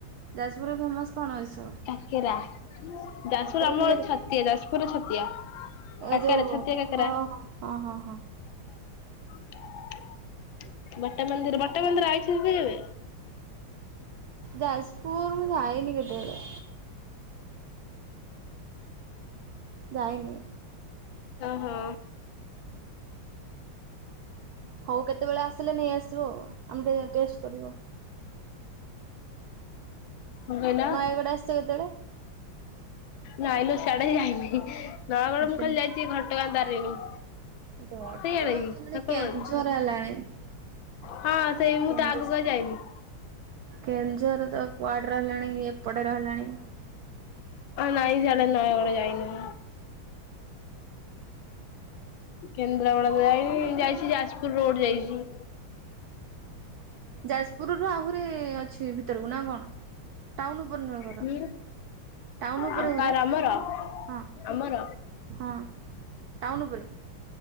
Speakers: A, on the right; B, on the left.
A: ଯାଜପୁରରେ ଫେମସ କଣ ଏସବୁ?
B: କାକେରା ଯାଜ୍
A: କାକରା
B: ପୁରୁ ଆମ
A: କି କାକରା
B: ଛତିଆ ର। ପୁରୁ ଛତିଆ।
A: ଏ
B: କାକେରା
A: ଯୋଉ
B: ଛତିଆ କାକେରା
A: ହଁ ହଁ ହଁ ହଁ ହଁ।
B: <unintelligible> ବଟା ମନ୍ଦିର ବଟା ମନ୍ଦିର ଆଇଛି ଯଦବେ
A: ଯାଜ୍ ପୁରୁ ମୁ ଯାଇନି କେତେବେଳେ। ଯାଇନି।
B: ହଁ ହଁ।
A: ହଉ କେତେବେଳେ ଆସିଲେ ନେଇଆସିବ ଉ ଆମେ ଟିକିେ ଟେଷ୍ଟ୍ କରିବୁ ଆଉ।
B: କଣ କହିଲ?
A: ନୟାଗଡ଼ ଆସିଛ କେତେବେଳେ?
B: ନାଇଁ ଲୋ ସାଡେ ହିଁ ଯାଇନି ନୟାଗଡ
A: ଆସିନ
B: ମୁଁ ଖାଲି ଯାଇଛି ଘଟଗାଁ ତାରିଣୀ।
A: ଘଟଗାଁ
B: ସେଇଆଡେ କି
A: ତାରୀଣୀ
B: ନା କୋଉ
A: କେନ୍
B: ଆଡେ
A: ଝର ହେଲାଣି।
B: ହଁ ସେଇ ମୁଁ
A: କେନ୍ଦୁ
B: ତା ଆଗୁକୁ ଆଉ ଯାଇନି।
A: କେନ୍ଦୁଝର ତ କୁଆଡ଼େ ରହିଲାଣି ଇଏ ଏପଟେ ରହିଲାଣି।
B: ନାଇଁ ସାଡେ ନୟାଗଡ଼ ଯାଇନି ମୁଁ। କେନ୍ଦ୍ରାପଡା ଯାଇନି ଯାଇଛି ଯାଜ୍ ପୁର ରୋଡ୍ ଯାଇଚି।
A: ଯାଜ୍ ପୁରରୁ ଆହୁରି ଅଛି ଭିତରକୁ ନା କଣ? ଟାଉନ୍ ଉପରେ ନୂଆ ଘର।
B: ହୁଁ
A: ଟାଉନ୍ ଉପରେ
B: ଆଉ
A: ଘର
B: କାର ଆମର
A: ହଁ
B: ଆମର
A: ହଁ। ଟାଉନ୍ ଉପରେ